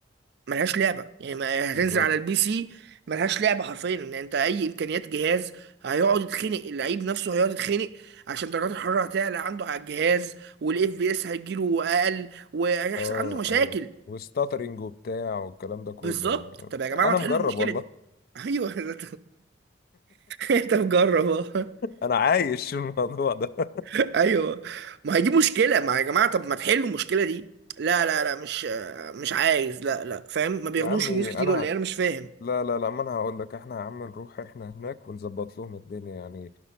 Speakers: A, on the right; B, on the left.
A: ملهاش لعبه يعني ما- يعني هتنزل
B: بالظبط
A: على البي سي ملهاش لعبه حرفيا ان انت اي امكانيات جهاز هيقعد يتخنق اللعيب نفسه هيقعد يتخنق عشان درجات الحراره هتعلى عنده على الجهاز والاف بي اس هيجيله اقل وهيحصل
B: اه
A: عنده مشاكل
B: اه وستاترينج وبتاع والكلام ده كله
A: بالظبط
B: يعني
A: طب يا جماعه
B: انا
A: ما تحلوا
B: مجرب
A: المشكله
B: والله
A: دي ايوه <laughs> انت مجرب اهو
B: انا عايش الموضوع ده <laughs>
A: <laughs> ايوه ما هي دي مشكله ما يا جماعه طب ما تحلوا المشكله دي لا لا لا مش مش عايز لا لا فاهم ما بياخدوش
B: يا عمي
A: فلوس كتير
B: انا
A: ولا ايه انا مش فاهم
B: لا لا لا ما انا هقول لك احنا يا عم نروح احنا هناك ونظبط لهم الدنيا يعني